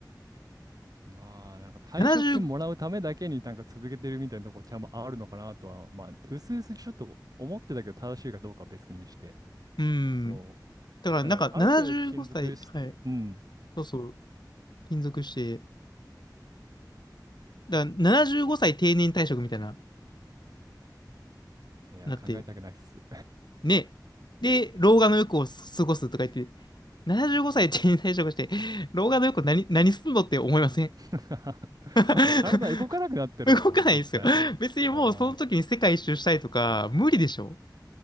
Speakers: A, on the right; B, on the left.
A: まあ、なんか退職金もらうためだけになんか続けてるみたいなとこちゃんとあるのかなとは、
B: 70、
A: まあ、うすうすちょっと思ってたけど、正しいかどうかは別にして。
B: うん。
A: そ
B: だから、
A: う。
B: なんか、
A: なんか、ある程度勤続し、
B: 75歳、はい。
A: うん。
B: そうそう、勤続して、だから75歳定年退職みたいな、
A: いや、
B: なって、
A: 考えたくないっす。
B: ね。で、老眼の欲を過ごすとか言って、75歳定年退職して、老眼の欲何、何すんのって思いません
A: <laughs>
B: <laughs>
A: もう体動かなくなってるよ、
B: 動かないんですよ。
A: 絶対。
B: 別にもうその時に世界一周したいとか、
A: ああ。
B: 無理でしょ。